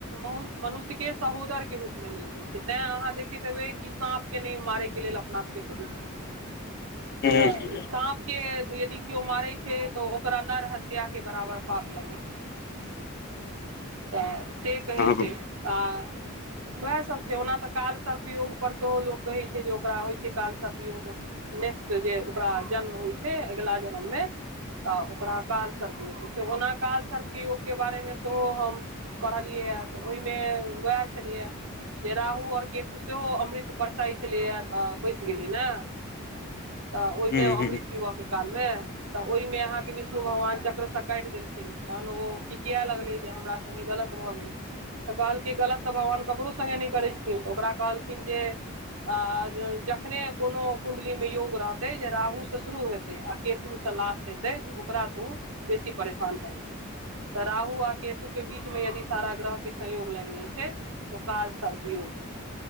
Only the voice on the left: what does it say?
हूँ
हँ
हूँ
हूँ